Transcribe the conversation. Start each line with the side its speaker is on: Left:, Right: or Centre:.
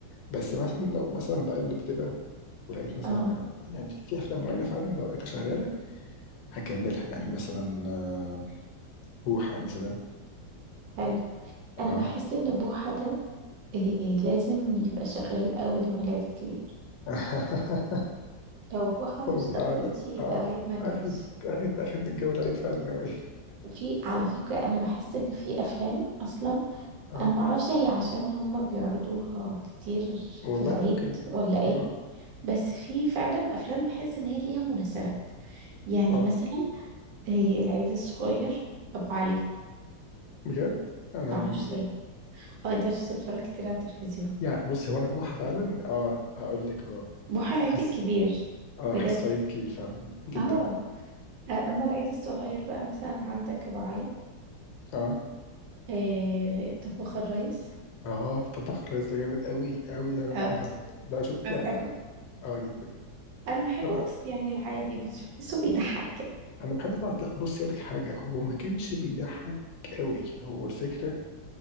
Left: بس مثلا لو مثلا بقلب كده ولقيت مثلا
Right: اه
Left: ح- يعني في افلام معينه فعلا لو لقيتها شغاله هكملها يعني مثلا آه، بوحه مثلا
Right: حلو
Left: اه
Right: انا بحس ان بوحة ده إيه لازم يبقى شغال اول يوم العيد الكبير
Left: <laughs>
Right: لو بوحة ما
Left: هو
Right: اشتغلش
Left: فعلا
Right: يبقى
Left: اه
Right: العيد ما
Left: اخد
Right: جاش
Left: اخد اخد من الجو العيد فعلا اوي
Right: في على فكرة انا بحس ان في افلام اصلا
Left: اه
Right: انا معرفش هي عشان هما بيعرضوها كتير
Left: والله
Right: في العيد
Left: ممكن
Right: ولا ايه
Left: اه
Right: بس في فعلا افلام بحس ان هي ليها مناسبات يعني
Left: اه
Right: مثلا آه، العيد الصغير ابو علي
Left: بجد انا
Right: معرفش
Left: م-
Right: ليه اه انت مش بتتفرج كتير على التلفزيون
Left: يعني بص هو انا بوحة فعلا اه اقول لك اه
Right: بوحة العيد
Left: احس
Right: الكبير
Left: اه احس
Right: بجد
Left: صعيدي كبير فعلا جدا
Right: اه آه، اما العيد الصغير بقى مثلا عندك ابو علي
Left: اه
Right: آه، طباخ الريس
Left: اه طباخ الريس ده جامد قوي قوي انا
Right: اه
Left: أنا لا شفته
Right: بس
Left: اه
Right: بحبه
Left: آه، جدا
Right: انا بحبه
Left: انا
Right: بس يعني العادي بس بحسه بيضحك
Left: انا بحب طبعا لا بص اقول لك حاجه هو ما كانش بيضحك قوي هو الفكره